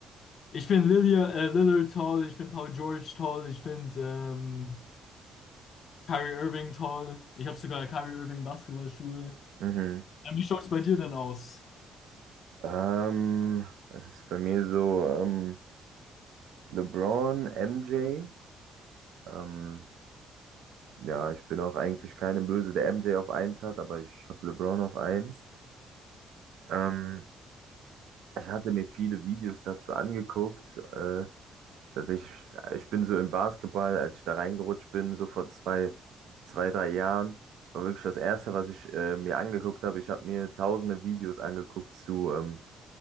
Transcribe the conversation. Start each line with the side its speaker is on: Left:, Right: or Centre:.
Left: ich finde Lilia, äh, Lillard toll, ich finde Paul George toll, ich finde ähm, Kyrie Irving toll. Ich habe sogar Kyrie Irving Basketballschuhe.
Right: Mhm.
Left: Ähm, wie schaut es bei dir denn aus?
Right: Ähm, das ist bei mir so, ähm, LeBron, MJ. Ähm, ja, ich bin auch eigentlich keine Böse, der MJ auf eins hat, aber ich habe LeBron auf eins. Ähm, ich hatte mir viele Videos dazu angeguckt. Äh, Tatsächlich, ich bin so im Basketball, als ich da reingerutscht bin, so vor zwei, zwei, drei Jahren, war wirklich das Erste, was ich äh, mir angeguckt habe. Ich habe mir tausende Videos angeguckt zu, ähm,